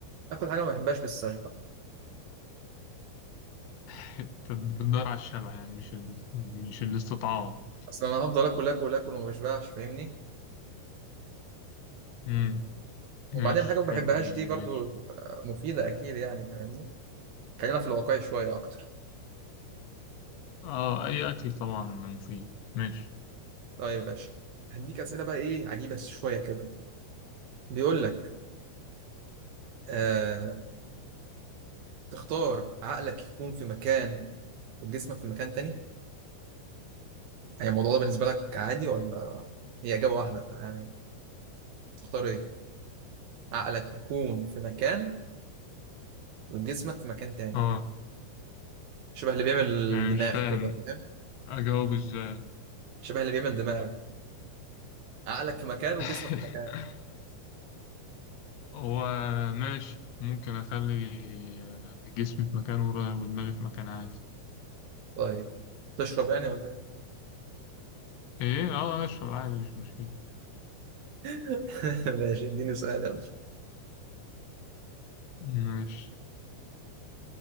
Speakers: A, on the right; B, on the left.
A: آكل حاجة ما بحبهاش بس أشبع
B: <laughs> فبتدور على الشبع يعني مش ال... مش الاستطاعة
A: أصل أنا هفضل آكل آكل آكل وما بشبعش فاهمني
B: امم
A: وبعدين
B: ماشي
A: حاجة ما
B: حلو
A: بحبهاش
B: الإجابة
A: دي برضو
B: ماشي
A: آه، مفيدة أكيد يعني فاهمني خلينا في الواقع شوية أكتر
B: اه أي أكل طبعا مفيد ماشي
A: طيب يا باشا هديك أسئلة بقى إيه عجيبة شوية كده بيقول لك آه تختار عقلك يكون في مكان وجسمك في مكان تاني يعني الموضوع ده بالنسبة لك عادي ولا هي إجابة واحدة يعني تختار إيه عقلك يكون في مكان وجسمك في مكان تاني
B: اه
A: شبه اللي بيعمل
B: يعني
A: دماغ
B: مش فاهم
A: كده فاهم
B: أجاوب إزاي
A: شبه اللي بيعمل دماغ عقلك في مكان وجسمك
B: <laughs>
A: في مكان
B: هو ماشي ممكن اخلي آه، جسمي في مكان ورا- ودماغي في مكان عادي
A: طيب تشرب يعني ولا إيه
B: ايه اه اشرب عادي مش مشكلة
A: <laughs> ماشي اديني سؤال يلا
B: ماشي